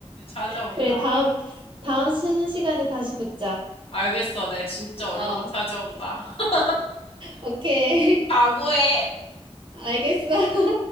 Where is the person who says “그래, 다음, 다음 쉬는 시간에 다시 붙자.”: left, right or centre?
Right